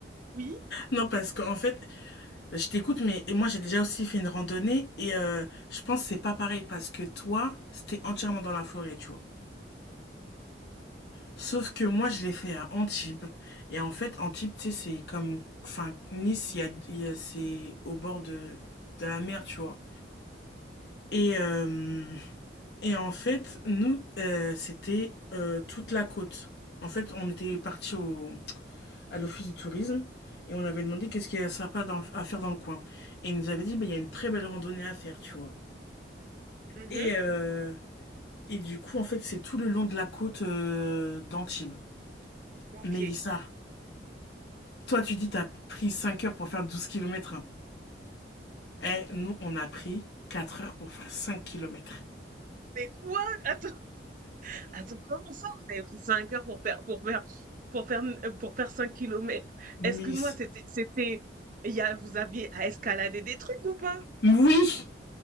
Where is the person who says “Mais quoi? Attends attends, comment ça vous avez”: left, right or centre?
Right